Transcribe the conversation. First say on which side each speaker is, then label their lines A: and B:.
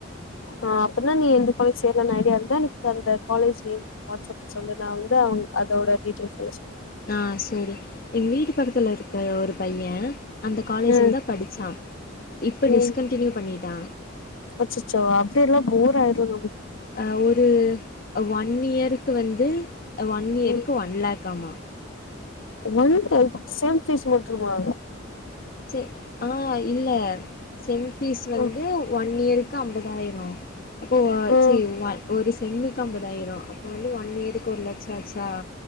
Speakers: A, on the left; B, on the left.
A: ஆ அப்பிட்னா நீ எந்த காலேஜ் சேரலானு ஐடியா இருந்தா எனக்கு அந்த காலேஜ் நேம் வாட்ஸ் அப்ல சென்ட் பண்ணு நா வந்து அவ்ங் அதோட டீட்டெய்ல்ஸ் எல்லா சொல்லறே
B: ஆ சேரி எங்க வீட்டு பக்கத்துல இருக்கிற ஒரு பைய அந்த காலேஜ்ஜுலதா
A: ம்
B: படிச்சா இப்ப
A: ம்
B: டிஸ்கண்டினியூ பண்ணிட்டா
A: அச்சச்சோ அப்டியெல்லா போர் ஆயிரு நம்
B: அ ஒரு ஒன் இயருக்கு வந்து அ ஒன் இயருக்கு
A: ம்
B: ஒன் லேக்காமா
A: ஒன் லேக் செம் ஃபீஸ் மட்டுமா
B: செ ஆ இல்ல செம் ஃபீஸ் வந்து
A: ம்
B: ஒன் இயருக் கு அம்பதாயிர ஓ
A: ம்
B: சி ஒன் ஒரு செம்முக்கு ஐம்பதாயிர அப்ப வந்து ஒன் இயருக்கு ஒரு லெட்ச ஆச்சா